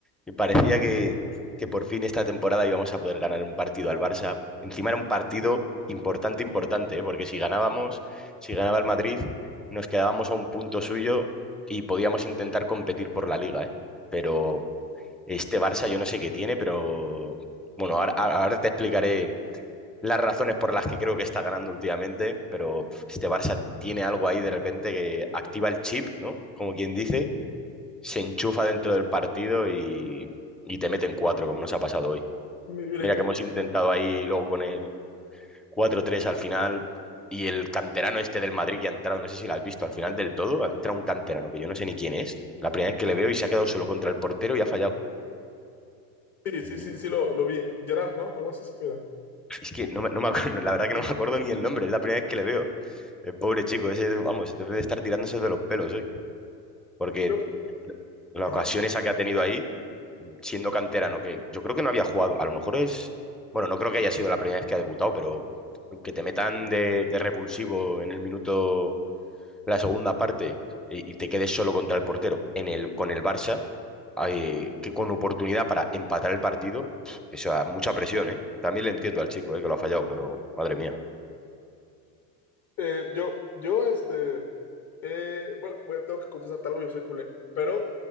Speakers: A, in the centre; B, on the left (about 40°).
A: y parecía que, que por fin esta temporada íbamos a poder ganar un partido al Barça. Encima era un partido importante, importante, ¿eh? Porque si ganábamos, si ganaba el Madrid, nos quedábamos a un punto suyo y podíamos intentar competir por la liga, ¿eh? Pero este Barça yo no sé qué tiene, pero bueno, ahora ahora te explicaré las razones por las que creo que está ganando últimamente, pero uf, este Barça tiene algo ahí de repente que activa el chip, ¿no? Como quien dice, se enchufa dentro del partido y, y te meten cuatro, como nos ha pasado hoy.
B: Mi- Mire,
A: Mira que hemos intentado ahí luego con el cuatro tres al final y el canterano este del Madrid que ha entrado, no sé si lo has visto, al final del todo, ha entrado un canterano que yo no sé ni quién es, la primera vez que le veo y se ha quedado solo contra el portero y ha fallado.
B: sí,
A: El
B: sí,
A: minuto-
B: sí, sí lo, lo vi. Gerard, ¿no? Algo así se pida.
A: Es que no me, no me acuerdo, <laughs> la verdad que no me acuerdo ni el nombre, es la primera vez que le veo. El pobre chico, ese, vamos, debe de estar tirándose de los pelos hoy. Porque
B: Yo,
A: la
B: ajá.
A: ocasión esa que ha tenido ahí, siendo canterano, que yo creo que no había jugado, a lo mejor es, bueno, no creo que haya sido la primera vez que ha debutado, pero que te metan de, de repulsivo en el minuto, la segunda parte, y, y te quedes solo contra el portero en el, con el Barça, eh, que con oportunidad para empatar el partido, pf, eso, da mucha presión, ¿eh? También le entiendo al chico, eh, que lo ha fallado, pero madre mía.
B: Eh, yo, yo, este, eh, bueno, voy a- tengo que confesarte algo, yo soy culé, pero,